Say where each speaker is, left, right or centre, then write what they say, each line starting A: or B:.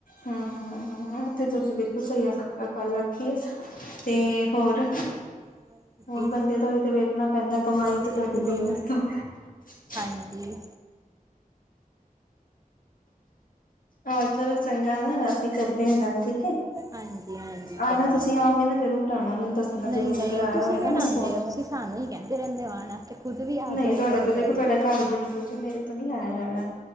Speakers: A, on the left; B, on the right.
A: ਹੰਮ, ਤੇੇ ਤੁਸੀਂ ਬਿਲਕੁਲ ਸਹੀ ਆਖ ਗੱਲ ਆਖੀਏ ਤੇ
B: ਹਾਂਜੀ
A: ਹੋਰ,
B: ਬਸ
A: ਹੋਰ
B: ਜੀ
A: ਬੰਦੇ ਦਾ ਵੀ ਤੇ ਵੇਖਣਾ ਪੈਂਦਾ, ਕਮਾਈ
B: ਬਿਲਕੁਲ
A: ਤੇ ਤੁਹਾਡੇ ਲਈ ਕਰਦਾ ਹੁੰਦਾ।
B: ਹਾਂਜੀ
A: ਔਰ ਚਲੋ ਸਹੀ, ਨਾ ਅਸੀਂ ਕਰਦੇ ਹਾਂ ਗੱਲ ਠੀਕ ਹੈ
B: ਹਾਂਜੀ ਹਾਂਜੀ
A: ਆਣਾ
B: ਚੰਗਾ
A: ਤੁਸੀਂ
B: ਜੀ
A: ਆਓਗੇ ਨਾ ਜ਼ਰੂਰ ਆਉ ਮੈਨੂੰ ਦੱਸਣਾ
B: ਨਹੀਂ
A: ਜ਼ਰੂਰ
B: ਨਹੀਂ
A: ਅਗਰ ਆਇਆ
B: ਤੁਸੀਂ
A: ਹੋਇਆ
B: ਕਿਹੜਾ
A: ਨਾ ਮੈਨੂੰ
B: ਆਉਂਦੇ
A: ਫੋਨ
B: ਹੋ ਤੁਸੀਂ ਸਾਨੂੰ ਹੀ ਕਹਿੰਦੇ ਰਹਿੰਦੇ ਹੋ ਆਉਣ ਵਾਸਤੇ ਖੁਦ ਵੀ ਆ
A: ਨਹੀਂ
B: ਜਾਇਆ
A: ਤੁਹਾਡਾ
B: ਕਰੋ
A: ਤਾਂ ਦੇਖੋ
B: ਕਦੀ
A: ਤੁਹਾਡਾ ਘਰ ਬੜੀ ਦੂਰ ਮੇਰੇ ਤੋਂ ਨੀ ਆਇਆ ਜਾਣਾ।